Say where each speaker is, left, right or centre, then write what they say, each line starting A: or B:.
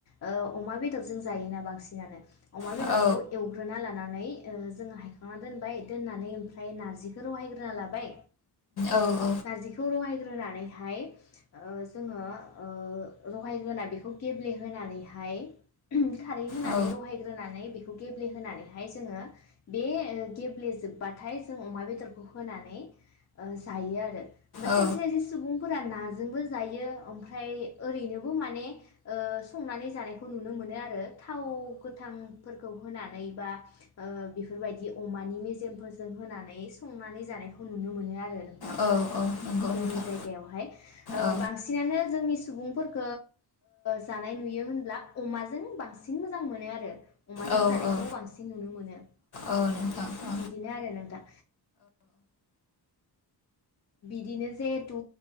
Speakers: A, on the left; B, on the left.
A: ओ अमा बेदरजों जायोना बांसिनानो। अमा बेदरखौ
B: औ
A: एव लानानै ओ जोङो हायखांना दोनबाय दोननानै ओमफ्राय नारजिखौ रहायग्रोना लाबाय।
B: औ उम
A: नारजिखौ रहाय ग्रोनानैहाय ओ जोङो ओ रहायग्रोना बेखौ गेब्लेहानैहाय खारै होनानै
B: औ
A: रहायग्रोनानै खौ गे गेब्ले होनानैहाय जोङो बे गेब्लेेजोबबाथाय जों अमा बेदरखौ होनानै ओ जायो आरो। ओमफ्राय
B: औ
A: खायसे खायसे सुबुंफोरा नाजों बो जायो ओमफ्राय ओरैनोबो माने ओ संनानै जानायखौ नुनो मोनो आरो। थाव गोथांफोरखौ होनानै बा ओ बेफोरबायदि अमानि मेजेमफोरजों होनानै संनानै जानायखौ नुनो मोनो आरो। थां
B: औ औ नंगौ
A: जोंनि
B: नोंथां
A: जायगायावहाय
B: औ
A: बांसिनानो जोंनि सुबुंफोर ओ जानाय नुयो होनब्ला अमाजों बांसिन मोजां मोनो आरो अमाजों
B: औ
A: जानायखौ
B: औ
A: बांसिन नुनो मोनो
B: औ नोंथां औ
A: बिदिनो आरो नोंथां बिदिनो जिहेथु